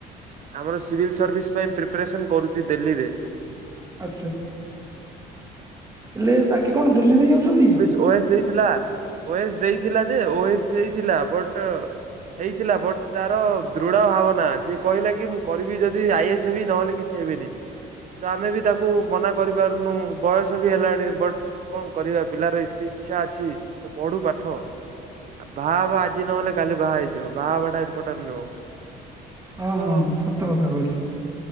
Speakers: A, on the right (about 50°); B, on the right (about 20°).
A: ଆମର ସିଭିଲ୍ ସର୍ଭିସ ପାଇଁ ପ୍ରିପାରେସନ୍ କରୁଛି ଦେଲ୍ଲୀରେ।
B: ଆଚ୍ଛା ହେଲେ ତାଙ୍କେ କଣ ଦିଲ୍ଲୀରେ ହିଁ ଅଛନ୍ତି କି?
A: ଓ ଏ ଏସ ଦେଇ ଥିଲା ଓ ଏ ଏସ୍ ଦେଇଥିଲା ଯେ ଓ ଏ ଏସ୍ ଦେଇଥିଲା ବଟ୍ ହେଇଥିଲା ବଟ୍ ତାର ଦୃଢ ଭାବନା ସିଏ କହିଲା କି ମୁଁ କରିବି ଯଦି ଆଇ ଏ ଏସ୍ ହେବି ନହେଲେ କି କିଛି ହେବିନି। ତ ଆମେ ବି ତାକୁ ମନା କରିପାରୁନୁ ବୟସ ସ ବି ହେଲାଣି ବଟ୍ କଣ କରିବା, ପିଲାର ଏତେ ଇଚ୍ଛା ଅଛି ତ ପଢୁ ପାଠ। ଆ ବାହା ହେବ ଆଜି ନହେଲେ କାଲି ବାହା ହେଇଯିବ, ବାହା ହେବାଟା ଇମ୍ପୋଟାଣ୍ଟ ନୁହଁ।
B: ହଁ,
A: ସୋ
B: ହଁ, ହଁ, ସତ କଥା କହିଲୁ।